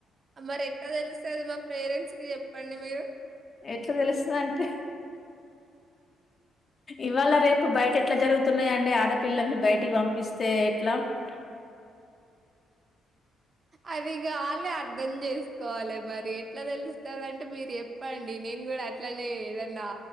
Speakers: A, on the right; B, on the left.
A: ఆ మరి ఎట్లా తెలుస్తాది మా పేరెంట్స్ కి చెప్పండి మీరు
B: ఎట్లా తెలుస్తాది అంటే ఇవాళ రేపు బయట ఎట్లా జరుగుతున్నాయిండి ఆడపిల్లల్ని బయటికి పంపిస్తే ఎట్లా ఇ
A: అవి కాలే అర్ధం చేసుకోవాలి మరి ఎట్లా తెలుస్తాది అంటే మీరు చెప్పండి నేను కూడా అట్లనే ఏదన్నా